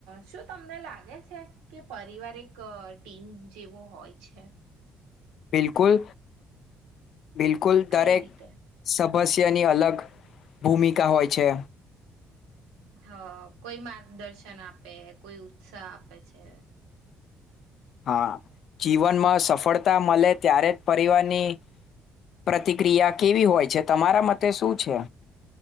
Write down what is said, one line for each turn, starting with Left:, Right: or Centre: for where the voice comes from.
Right: શું તમને લાગે છે કે પરિવાર એક ટીમ જેવો હોય છે.
Left: બિલકુલ બિલકુલ
Right: કઈ
Left: દરેક
Right: રીતે?
Left: ભસ્યની અલગ ભૂમિકા હોય છે.
Right: હ કોઈ માર્ગદર્શન આપે કોઈ ઉત્સાહ આપે છે.
Left: હા જીવનમાં સફળતા મળે ત્યારે જ પરિવારની પ્રતિક્રિયા કેવી હોય છે તમારા મતે શું છે